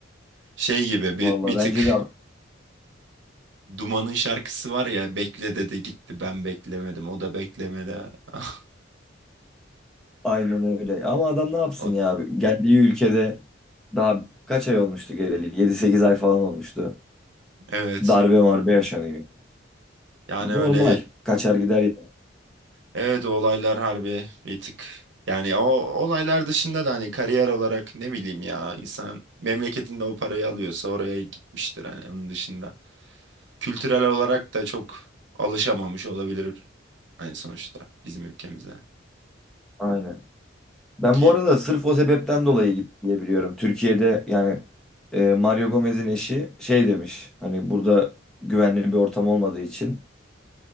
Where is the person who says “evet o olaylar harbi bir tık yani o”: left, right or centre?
Right